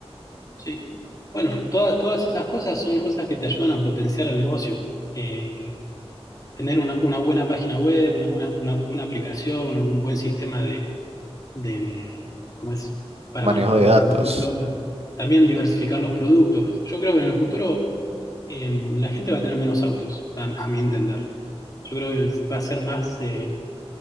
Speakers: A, on the left (about 35°); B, on the right (about 70°).
A: sí. Bueno, toda- todas esas cosas son cosas que te ayudan a potenciar el negocio. El tener una, una buena página web, una buena, una, una aplicación, una- un buen sistema de, de, mm, ¿cómo es? Para
B: manejo
A: manejar
B: de datos.
A: tu tu flota. También diversificar los productos. Yo creo que en el futuro em, la gente va a tener menos autos, a, a mi entender. Yo creo que va a ser más, eh,